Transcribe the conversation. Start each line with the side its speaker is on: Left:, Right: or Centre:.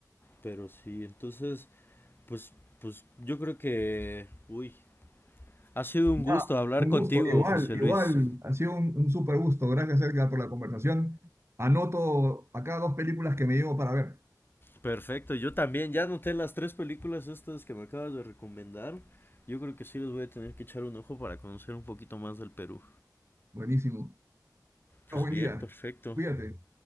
Left: pero sí, entonces, pues, pues yo creo que, uy, ha sido un
Right: Nada,
Left: gusto hablar
Right: un
Left: contigo,
Right: gusto. Igual,
Left: José Luis.
Right: igual, ha sido un, un súper gusto. Gracias, Edgar, por la conversación. Anoto acá dos películas que me llevo para ver.
Left: Perfecto, yo también ya noté las tres películas estas que me acabas de recomendar. Yo creo que sí les voy a tener que echar un ojo para conocer un poquito más del Perú.
Right: Buenísimo.
Left: Pues
Right: Buen
Left: bien,
Right: día.
Left: perfecto.
Right: Cuídate.